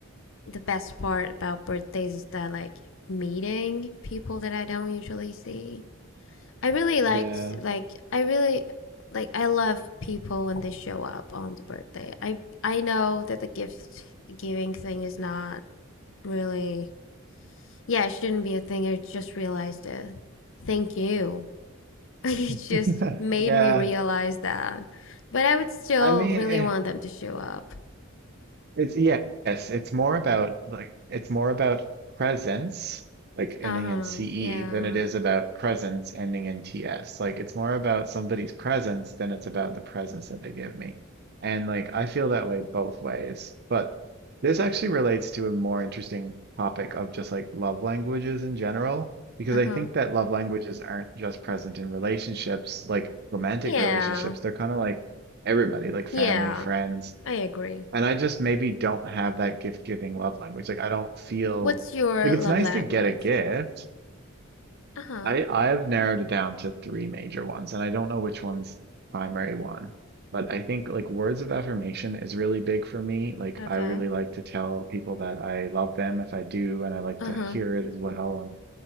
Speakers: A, on the left; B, on the right.
A: the best part about birthdays is that, like, meeting people that I don't usually see. I really liked,
B: Yeah.
A: like, I really, like, I love people when they show up on the birthday. I, I know that the gift giving thing is not really Yeah, it shouldn't be a thing. I just realized it. Thank you. <laughs> It
B: <laughs>
A: just made
B: Yeah.
A: me realize that. But I would still
B: I mean,
A: really
B: eh,
A: want them to show up.
B: It's yes, it's more about like it's more about presence, like ending
A: Uh-huh.
B: in CE,
A: Yeah.
B: than it is about presence ending in TS. Like it's more about somebody's presence than it's about the presence that they give me. And like I feel that way both ways. But this actually relates to a more interesting topic of just like love languages in general, because
A: Uh-huh.
B: I think that love languages aren't just present in relationships, like romantic
A: Yeah.
B: relationships. They're kind of like everybody, like family,
A: Yeah.
B: friends
A: I agree.
B: and I just maybe don't have that gift giving love language. Like I don't feel
A: What's your
B: like it's
A: love
B: nice
A: language?
B: to get a gift.
A: Uh-huh.
B: I I've narrowed it down to three major ones, and I don't know which one's primary one. But I think like words of affirmation is really big for me. Like
A: Okay.
B: I really like to tell people that I love them if I do, and I like
A: Uh-huh.
B: to hear it as well, and